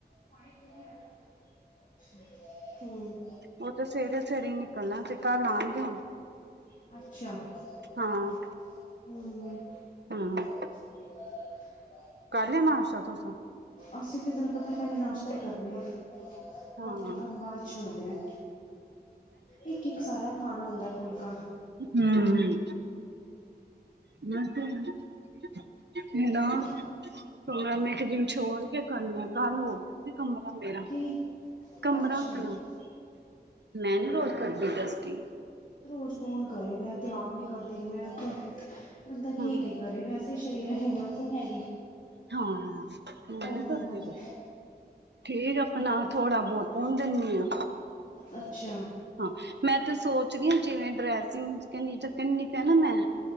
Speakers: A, on the left; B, on the right.
A: ਪਾਣੀ ਪੀਣੀ ਮੈ ਤੇ ਧੋ ਦੇ। ਅੱਛਾ, ਹੂੰ।
B: ਉਹ ਤੇ ਸਵੇਰੇ-ਸਵੇਰੇ ਹੀ ਨਿਕਲਣਾ ਤੇ ਕੱਲ ਆਣਗੇ ਹੁਣ।
A: ਅੱਛਾ,
B: ਹਾਂ
A: ਹੂੰ।
B: ਹਾਂ
A: ਨਿਰਵੈਰ।
B: ਕਰ ਲਿਆ। ਨਾਸ਼ਤਾ ਤੁਸਾਂ?
A: ਅਸੀਂ, ਤੇ ਤੈਨੂੰ ਪਤਾ ਪਹਿਲੇ ਨਾਸ਼ਤਾ ਹੀ ਕਰਨੇ ਆ।
B: ਹਾਂ
A: ਬਾਕੀ ਕੰਮ ਬਾਅਦ ਚ ਹੁੰਦੇ ਆ। ਇੱਕ-ਇੱਕ ਸਾਰਾ ਖਾਣਾ ਹੁੰਦਾ। ਫੁਲਕਾ
B: ਹੂੰ, ਮੈ ਤੇ ਨੇ
A: ਹੋਰ
B: ਦਾ। ਕਮਰਾ ਮੈਂ ਇੱਕ ਦਿਨ ਛੋੜ ਕੇ ਕਰਨੀ ਆ। ਕੱਲ ਹੋ ਗਿਆ ਸੀ। ਕਮਰਾ ਮੇਰਾ।
A: ਕੀ।
B: ਕਮਰਾ
A: ਅੱਛਾ-ਅੱਛਾ
B: ਆਪਣਾ, ਮੈਂ ਨੀ ਰੋਜ਼ ਕਰਦੀ ਡਸਟਿੰਗ।
A: ਰੋਜ਼ ਕੌਣ ਕਰੇ, ਮੈਂ ਤੇ ਆਪ ਨੀ ਕਰਦੀ। ਮੈਂ ਤੇ ਬੰਦਾ ਕੀ-
B: ਹੂੰ
A: ਕੀ ਕਰੇ। ਵੈਸ ਸਰੀਰਾ ਚ ਹਿੰਮਤ ਹੀ ਨੀ ਹੈਗੀ।
B: ਹਾ, ਮੈ
A: ਹੋਰ
B: ਨੀ
A: ਬੰਦਾ
B: ਕਰਦੀ।
A: ਹੂੰ
B: ਰ ਠੀਕ ਆ ਆਪਣਾ ਥੋੜਾ ਬਹੁਤ ਪਾਉਣ ਦਿਨੀਂ ਆ।
A: ਅੱਛਾ
B: ਹਾਂ, ਮੈਂ ਤੇ ਸੋਚਦੀ ਹਾਂ। ਜਿਵੇਂ ਡਰੈਸਿੰਗ ਚ ਕਿਨੀ ਜ ਕਿੰਨੀ ਕਿਤਾ, ਨਾ ਮੈਂ